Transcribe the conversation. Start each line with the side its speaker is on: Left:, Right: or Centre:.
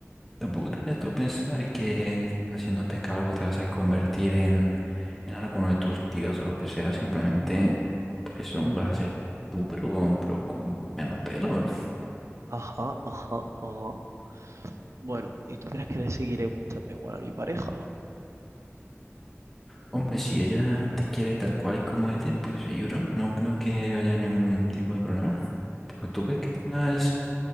Centre: Tampoco te metas a pensar que haciéndote calvo te vas a convertir en, en alguno de tus tíos o lo que sea. Simplemente, pues, um, vas a ser tú, pero con, pero con menos pelo, bro.
Right: Ajá, ajá, ajá. Bueno, ¿y tú crees que le seguiré gustando igual a mi pareja?
Centre: Hombre, si ella te quiere tal cual y como eres, pues sí, bro. No creo que haya ningún tipo de problema. Pero tú ves que tengas,